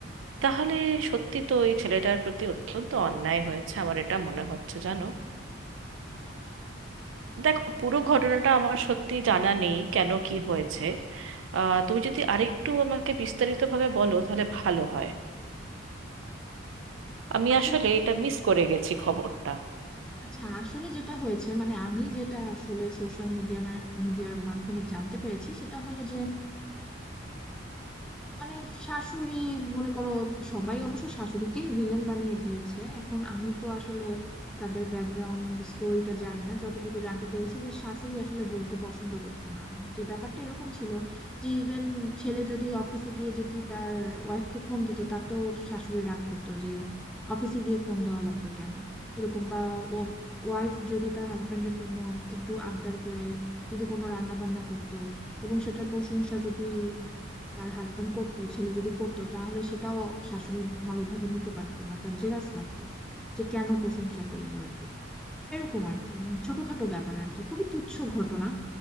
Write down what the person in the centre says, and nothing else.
আসলে
আচ্ছা আসলে যেটা হয়েছে মানে আমি যেটা আসলে সোশ্যাল মিডিয়ার মিডিয়ার মাধ্যমে জানতে পেরেছি সেটা হলো যে মানে শাশুড়ি মনে করো সবাই অবশ্য শাশুড়িকে ভিলেন বানিয়ে দিয়েছে এখন আমি তো আসলে তাদের ব্যাকগ্রাউন্ড স্টোরিটা জানি না যতটুকু জানতে পেরেছি যে শাশুড়ি আসলে বউকে পছন্দ করতো না যে ব্যাপারটা এরকম ছিল যে ইভেন ছেলে যদি অফিসে গিয়ে যদি তার ওয়াইফকে ফোন দিত তাতেও শাশুড়ি রাগ করতো যে অফিসে গিয়ে ফোন দেওয়া লাগবে কেন এরকম বা ও ওয়াইফ যদি তার হাজবেন্ডের জন্য একটু আবদার করে যদি কোনো রান্না বান্না করতো এবং সেটার প্রশংসা যদি তার হাজবেন্ড করতো ছেলে যদি করতো তাহলে সেটাও শাশুড়ি ভালোভাবে নিতে পারতো না তার জেলাস লাগতো যে কেন প্রশংসা করলো আর কি এরকম আর কি উম, ছোটখাটো ব্যাপার আর কি খুবই তুচ্ছ ঘটনা